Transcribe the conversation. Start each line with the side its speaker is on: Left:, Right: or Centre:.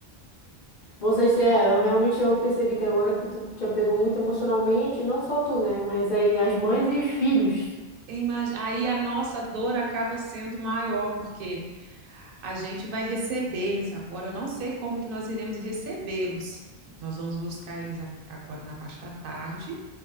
Left: Vocês é, eu realmente eu percebi que agora que tu te apegou muito emocionalmente, não só tu, né? Mas aí as mães e os filhos
Right: Imag- Aí a nossa dor acaba sendo maior, porque a gente vai receber eles agora. Eu não sei como que nós iremos recebê-los. Nós vamos buscar eles a- agora na parte da tarde.